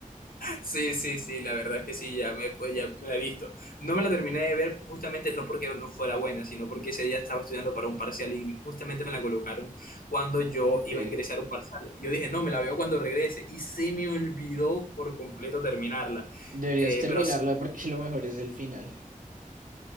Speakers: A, on the left; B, on the right.
A: Sí, sí, sí, la verdad es que sí, ya me, pues, ya me la he visto. No me la terminé de ver justamente no porque no fuera buena, sino porque ese día estaba estudiando para un parcial y justamente me la colocaron cuando yo
B: Ok.
A: iba a ingresar a un parcial. Y yo dije, no, me la veo cuando regrese. Y se me olvidó por completo terminarla.
B: Deberías
A: Eh,
B: terminarla
A: pero sí,
B: porque lo mejor es el final.